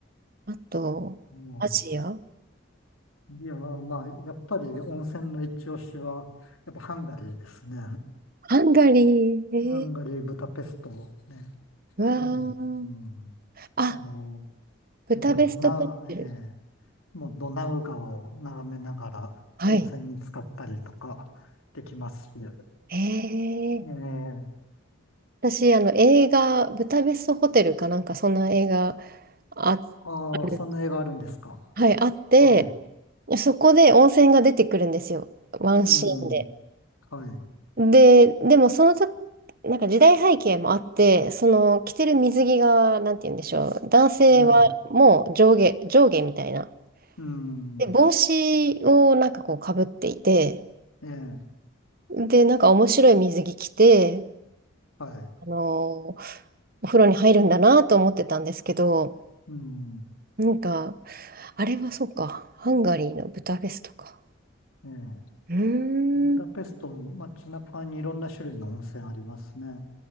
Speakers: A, on the right; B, on the left.
A: あと、
B: うん
A: アジア
B: いや、まあ、やっぱり温泉の一押しは、やっぱハンガリーですね。
A: ハンガリー、
B: ハンガリー、
A: えー、
B: ブダペストね。
A: うわー。
B: もう、うん、
A: あ、
B: あの、
A: ブタベストホテル。
B: なんかドナ、えー、もうドナウ川を眺めながら温泉に浸かったりとかできますし、
A: はい。
B: え
A: え
B: え、
A: ー、私、あの、映画、ブタベストホテルかなんか、そんな映画あ、
B: ああ、
A: ある
B: そんな映画あるんですか。
A: はい、あって、
B: はい。
A: そこで温泉が出てくるんですよ。ワンシーンで。
B: うん、はい。
A: で、でもそのと、なんか時代背景もあって、その着てる水着が、なんて言うんでしょう、男性はもう上下、
B: うん、
A: 上下みたいな。
B: うん、
A: で、帽子をなんかこうかぶっていて、
B: ええ、
A: で、なんか面白い水着着て、
B: はい。
A: あのーお風呂に入るんだなと思ってたんですけど、
B: うん、
A: なんか、あれはそうか、ハンガリーのブタフェストか。
B: ええ、
A: うーん、
B: ブダペスト、街中にいろんな種類の温泉ありますね。